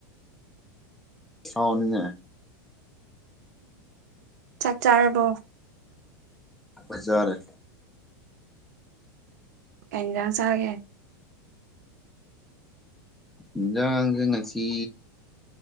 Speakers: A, in the centre; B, on the right.
A: ꯍꯅꯦ
B: ꯎ ꯆꯥꯛ ꯆꯥꯔꯕꯣ
A: ꯍꯖꯥꯔꯦ
B: ꯀꯩꯅꯖꯥꯡꯁꯒꯦ
A: ꯏꯖꯥꯡꯁꯤꯡ ꯉꯁꯤ